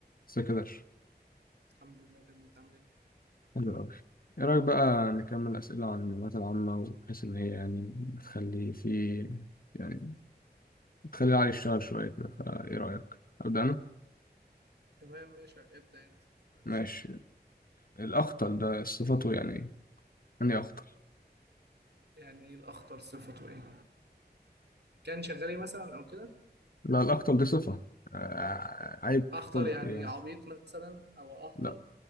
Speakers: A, on the left; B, on the right.
A: سكدر
B: الحمد لله كريم انت عامل ايه
A: حلو أوي إيه رأيك بقى نكمل أسئلة عن المعلومات العامة وبحيث إن هي يعني بتخلي في يعني بتخلي العقل يشتغل شوية كده فإيه رأيك؟ أبدأ أنا؟
B: تمام ماشي ابدأ انت ما عنديش
A: ماشي
B: مشكلة
A: الأخطل ده صفته يعني إيه؟ يعني إيه أخطل؟
B: يعني ايه الأخطل صفته ايه كان شغال ايه مثلا او كده
A: لا الأخطل دي صفة آه عيب
B: أخطل
A: خلقي
B: يعني
A: يعني
B: عبيط مثلا او أهطل
A: لا